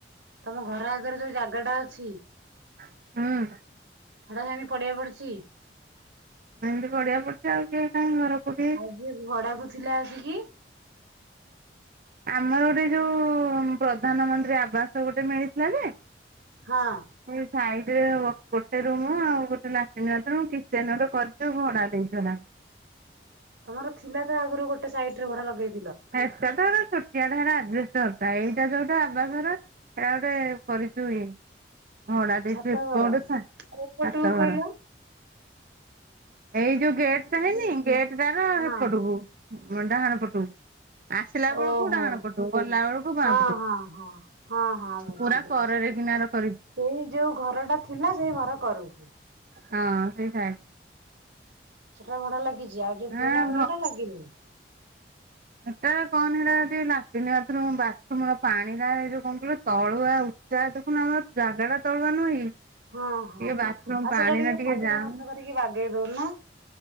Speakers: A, on the right; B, on the right.
A: ତମ ଘର ଆଗରେ ଯୋଉ ଜା ହେଟା ଅଛି। ହେଟା
B: ହୁଁ
A: ହେମିତି ପଡ଼ିଆ ପଡିଚି।
B: ଏମିତି ପଡ଼ିଆ ପଡିଥିବ ଆଉ କିଏ କାହିଁ ଘର କୋଉଠି
A: ଆଉ ଯିଏ ଭଡାକୁ ଥିଲା ଆସିକି।
B: ଆମର ଗୋଟେ ଯୋଉ ପ୍ରଧାନମନ୍ତ୍ରୀ ଆବାସ ଗୋଟେ ମିଳିଥିଲା ଯେ
A: ହଁ
B: ସାଇଟ୍ ରେ ଗୋଟେ ରୁମ ଆଉ। ଗୋଟେ ଲାଟିନ ବାଥରୁମ୍ କିଚେନ ଗୋଟେ କରିଚୁ ଯେ ଭଡା ଦେଇଚୁ ହେଟା।
A: ତମର ଥିଲା ତ ଆଗରୁ ଗୋଟେ ସାଇଡ ରେ ଭଡା ଲଗେଇ
B: ହେଟା ତ ହେରା ଛୋ ଟିଆ ହେଟା ଆଜବେଷ୍ଟ ଘର ଟା। ଏଇଟା ଯୋଉଟା ଆବାସର ସେଇଟା ଗୋଟେ କରିଚୁ ଇଏ। ଭଡ଼ା ଦେଇଚୁ
A: ଛାତ
B: ଏପଟେ
A: ଘର
B: ଛା ଛାତ
A: କୋଉ ପଟକୁ କହିଲ
B: ଘର। ଏଇ ଯୋଉ ଗେଟ୍ ଟା ହେଇନି ଗେଟ୍ ଟାର
A: ହଁ
B: ହେପଟ କୁ। ନଣ୍ଡା ଘର ପଟକୁ। ଆସିଲା ବେଳକୁ
A: ଓହୋ
B: ଡାହାଣ ପଟୁ ଗଲା ବେଳକୁ ବାଁ
A: ହଁ
B: ପଟୁ।
A: ହଁ ହଁ ହଁ ହଁ ବୁଝିଲି
B: ପୁରା
A: ବୁଝିଲି।
B: କରରେ। <unintelligible>
A: ସେଇ ଯୋଉ ଘର ଟା ଥିଲା ସେଇ ଘର କର କୁ।
B: ହଁ ସେଇ ସାଇ
A: ସେଟା ଭଡା ଲାଗିଛି। ଆଉ ଯୋଉ
B: ହଁ
A: ପୁରୁଣା ଘର ଟା ଲାଗିନି।
B: ସେଟା କହନି ସେଟା ଲାଟିନ୍ ବାଥରୁମ ବାଥରୁମ ର ପାଣି ଟା ଏଇ ଯୋଉ କଣ କ ତଳୁଆ ଉ ଯାହା ଦେଖୁନୁ ଆମର ଜାଗା ଟା ତଳୁଆ ନୁହେଁ କି।
A: ହଁ ହଁ
B: ଟିକେ ବାଥରୁମ୍
A: ଆଉ
B: ପାଣି
A: ସେଟା ଟିକେ
B: ଟା
A: ପଇସା
B: ଜାମ୍
A: ଖର୍ଚ୍ଚ କରିକି ବାଗେଇ ଦଉନ।